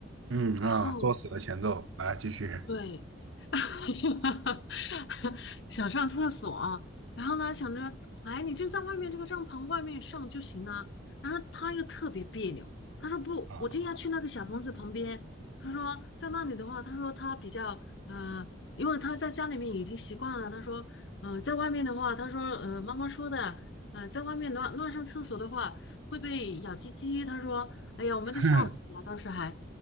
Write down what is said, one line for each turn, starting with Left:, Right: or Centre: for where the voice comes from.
Right: 嗯啊，
Left: 然后
Right: 作死的前奏，来继续
Left: 对，<laughs> 想上厕所，然后呢，想着，哎，你就在外面这个帐篷外面上就行了。然后他又特别别扭，他说不，
Right: 啊，
Left: 我就要去那个小房子旁边。他说在那里的话，他说他比较呃，因为他在家里面已经习惯了。他说，嗯、呃在外面的话，他说，呃，妈妈说的，嗯、呃在外面乱乱上厕所的话会被咬鸡鸡。他说，哎呀，我们都笑死了，
Right: <laughs>
Left: 当时还。